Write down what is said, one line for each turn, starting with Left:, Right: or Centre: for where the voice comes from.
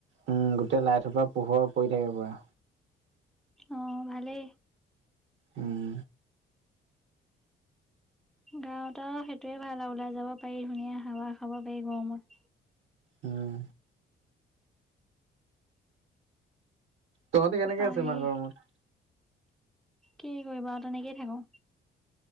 Right: উম গোটেই লাইট সোপাৰ পোহৰ পৰি থাকে পুৰা।
Centre: অ' ভালেই।
Right: উম।
Centre: গাঁৱত আও সেইটোৱে ভাল আও ওলাই যাব পাৰি, ধুনীয়া হাৱা খাব পাৰি গৰমত।
Right: উম। তহঁতি
Centre: তাৰপা
Right: কেনেকে আছ
Centre: সেই
Right: ইমান গৰমত?
Centre: কি কৰিবা আও তেনেকেই থাকো।